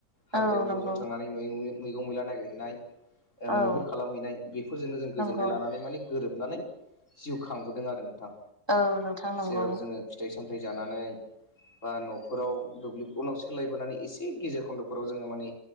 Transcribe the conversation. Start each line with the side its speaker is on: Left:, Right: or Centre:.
Left: हाग्रायाव
Right: औ नंगौ
Left: ज' ज' थांनानै मैं मैगं-मैला नागिरहैनाय ओ
Right: औ
Left: मैहुर खालामहैनाय बेफोरजोंनो जों गोजोननाय
Right: नंगौ
Left: लानानै माने गोरोबनानै जिउ खांबोदों आरो नोंथां।
Right: औ नोंथां नंगौ।
Left: जेराव जोङो फिथाइ- सामथाइ जानानै बा न'फोराव दुब्लि उनाव सोलायबोनानै एसे गेजेर खन्द'फोराव जोङो माने